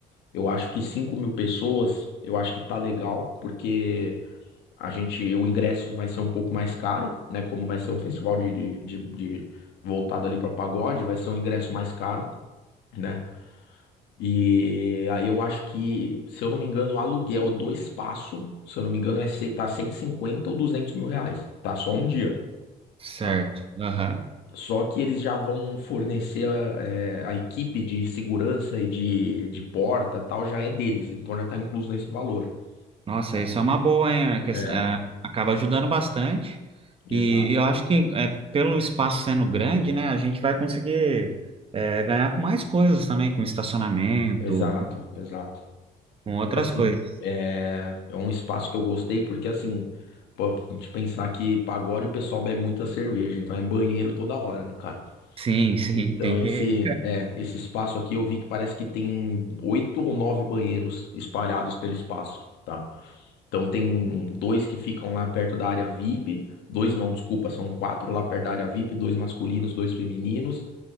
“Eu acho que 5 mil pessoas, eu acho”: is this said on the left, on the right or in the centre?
Left